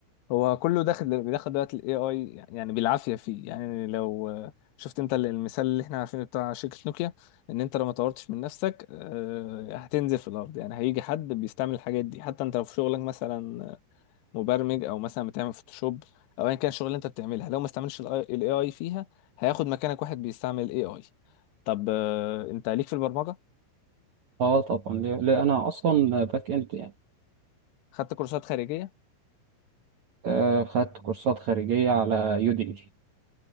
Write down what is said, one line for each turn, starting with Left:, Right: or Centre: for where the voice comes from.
Left: هو كله داخل بيدخل دلوقتي الاي اي يعني بالعافية فيه يعني لو آه، شفت انت المثال اللي احنا عارفينه بتاع شركة نوكيا ان انت لو ما طورتش من نفسك آه، هتنزل في الارض يعني هيجي حد بيستعمل الحاجات دي حتى انت لو في شغلك مثلا مبرمج او مثلا بتعمل فوتوشوب او ايا كان الشغل اللي انت بتعملها لو ما استعملش الاي اي فيها هياخد مكانك واحد بيستعمل الاي اي طب آه، انت ليك في البرمجه
Right: اه طبعا ليه ليه انا اصلا باك اند يعني
Left: خدت كورسات خارجيه
Right: آه خدت كورسات خارجيه على يوديمي